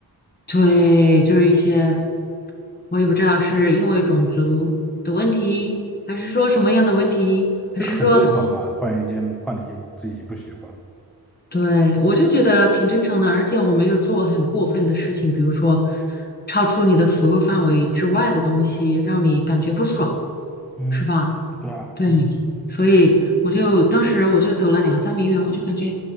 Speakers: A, on the left; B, in the centre.
A: 对，就是一些我也不知道是因为种族的问题，还是说什么样的问题，
B: 这个很正常嘛，
A: 还是说他，
B: 换一件换的衣服自己不喜欢，
A: 对，我就觉得挺正常的，而且我没有做很过分的事情，比如说超出你的服务范围之外的东西，让你感觉不爽，
B: 嗯，
A: 是吧？
B: 对啊。
A: 对，所以我就当时我就走了两三米远，我就感觉，